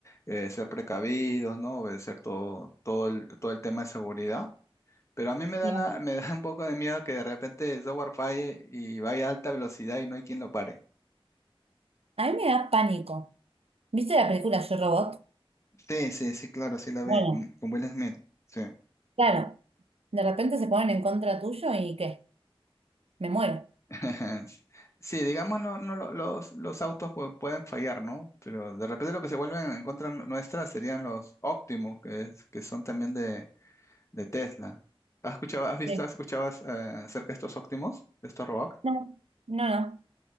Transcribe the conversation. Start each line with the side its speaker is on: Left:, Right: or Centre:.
Left: eh, ser precavidos, ¿no? Obedecer todo, todo el, todo el tema de seguridad. Pero a mí me da
Right: no.
Left: la, <laughs> me da un poco de miedo que de repente el software falle y vaya a alta velocidad y no hay quien lo pare.
Right: A mí me da pánico. ¿Viste la película Yo Robot?
Left: Sí, sí, sí, claro, sí la ve,
Right: Bueno,
Left: con, con Will Smith. Sí,
Right: claro, de repente se ponen en contra tuyo y ¿qué? Me muero.
Left: <laughs> sí, digámoslo, no, no, lo- los, los autos pu- pueden fallar, ¿no? Pero de repente lo que se vuelven en contra nu- nuestra serían los Optimus, que, es- que son también de, de Tesla. ¿Has escuchado, has visto,
Right: Sí.
Left: has escuchado eh, acerca de estos Optimus, de estos robots?
Right: No, no, no,